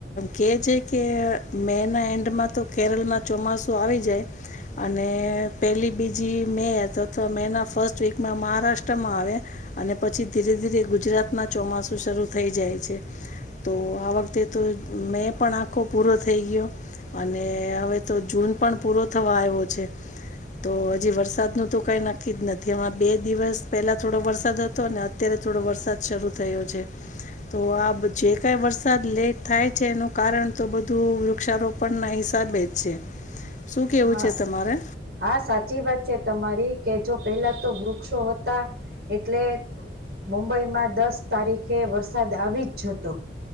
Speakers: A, on the left (about 45°); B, on the right (about 60°).
A: કે છે કે મે ના એન્ડમાં તો કેરળમાં ચોમાસું આવી અને પેલી બીજ જી મે અથવા મે ના ફર્સ્ટ વીકમાં મહારાષ્ટ્રમાં આવે અને પછી ધીરે ધીરે ગુજરાત ગુજરાત ના ચોમાસુ શરૂ થઈ જાય છે તો આ વખતે તો મેં પણ આખો પૂરો થઈ ગયો અને હવે તો જૂન પણ પૂરો થવા આવ્યો છે તો જે વરસાદનું તો કાંઈ નક્કી જ નથી આમાં બે દિવસ પહેલા થોડો વરસાદ હતો ને અત્યારે થોડો વરસાદ શરૂ થયો છે તો આ જે કઈ વરસાદ લેટ થાય છે એનું કારણ તો બધું વૃક્ષારોપણ ના સા બેજ છે શું કેવું
B: હા
A: છે તમારે
B: હા સાચી વાત છે તમારી કે જો પેલા તો વૃક્ષો હતા એટલે મુંબઈમાં દસ તારીખે વરસાદ આવી જતો